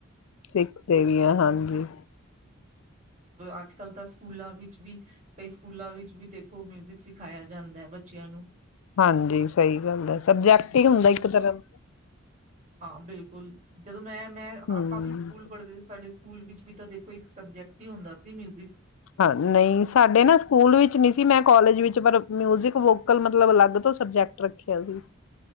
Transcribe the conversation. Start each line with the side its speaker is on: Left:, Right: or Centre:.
Left: ਸਿੱਖ ਦੇਵੀਆਂ ਹਾਂਜੀ
Right: ਅੱਜ ਕੱਲ੍ਹ ਤਾਂ ਸਕੂਲਾਂ ਵਿੱਚ ਵੀ ਭ ਸਕੂਲਾਂ ਵਿੱਚ ਵੀ ਦੇਖੋ ਮਿਊਜਿਕ ਸਿਖਾਇਆ ਜਾਂਦਾ ਹੈ ਬੱਚਿਆਂ ਨੂੰ
Left: ਹਾਂਜੀ ਸਹੀ ਗੱਲ ਹੈ ਸਬਜੈਕਟ ਹੀ ਹੁੰਦਾ ਇੱਕ ਤਰ੍ਹਾਂ ਦਾ
Right: ਹਾਂ ਬਿਲਕੁਲ ਜਦੋਂ ਮੈਂ ਮੈਂ
Left: ਹਮ
Right: ਆਪਾਂ ਵੀ ਸਕੂਲ ਪੜ੍ਹਦੇ ਸੀ ਸਾਡੇ ਸਕੂਲ ਵਿੱਚ ਵੀ ਤਾਂ ਦੇਖੋ ਇੱਕ ਸਬਜੈਕਟ ਹੀ ਹੁੰਦਾ ਸੀ ਮਿਊਜਿਕ
Left: ਹਾਂ ਨਹੀਂ ਸਾਡੇ ਨਾ ਸਕੂਲ ਵਿੱਚ ਨਹੀਂ ਸੀ ਮੈਂ ਕੋਾਲਜ ਵਿੱਚ ਪਰ ਮਿਊਜਿਕ ਵੋਕਲ ਮਤਲਬ ਅਲੱਗ ਤੋਂ ਸਬਜੈਕਟ ਰੱਖਿਆ ਸੀ